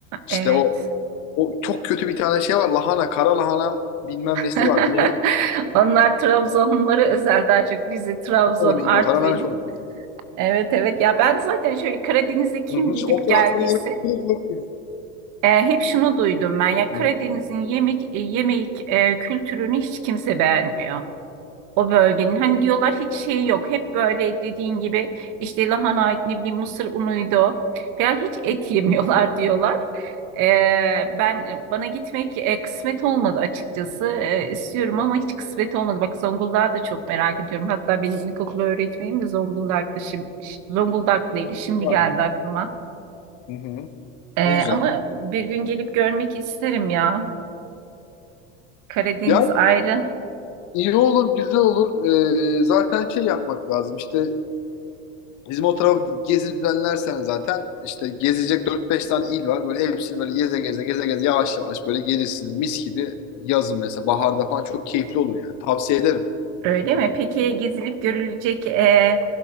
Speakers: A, on the left; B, on the right.
A: işte
B: evet.
A: o o çok kötü bir tane şey var. Lahana, kara lahana bilmem nesi
B: <laughs>
A: var. Bir yemek
B: Onlar Trabzonlulara özel daha çok Rize, Trabzon,
A: o yemeği
B: Artvin.
A: de o. Kara lahana çorbası.
B: Evet evet ya ben zaten şöyle Karadeniz'e kim
A: Hı hı.
B: gidip
A: İşte o tarafını
B: geldiyse
A: yemek
B: E, hep şunu duydum ben ya Karadeniz'in
A: Hı hı.
B: yemek e, yemek e, kültürünü hiç kimse beğenmiyor. O bölgenin hani diyorlar hiç şey yok. Hep böyle dediğin gibi işte lahana ne bir mısır unuydu falan hiç et <laughs> yemiyorlar diyorlar. E, ben bana gitmek e, kısmet olmadı açıkçası. E, istiyorum ama hiç kısmet olmadı. Bak Zonguldak'ı da çok merak ediyorum. Hatta benim ilkokul öğretmenim de Zonguldak'tı şimdi Zonguldaklıydı. Şimdi
A: Aynen.
B: geldi aklıma.
A: Hı hı.
B: Ee,
A: Ne güzel.
B: ama bir gün gelip görmek isterim ya. Karadeniz
A: Yani
B: ayrı.
A: iyi olur, güzel olur. Ee, zaten şey yapmak lazım. İşte Bizim o tarafa gezi düzenlersen zaten işte gezecek dört beş tane il var. Böyle hepsini böyle geze geze geze geze yavaş yavaş böyle gelirsiniz. Mis gibi yazın mesela baharda falan çok keyifli olur yani. Tavsiye ederim.
B: Öyle mi? Peki gezilip görülecek e,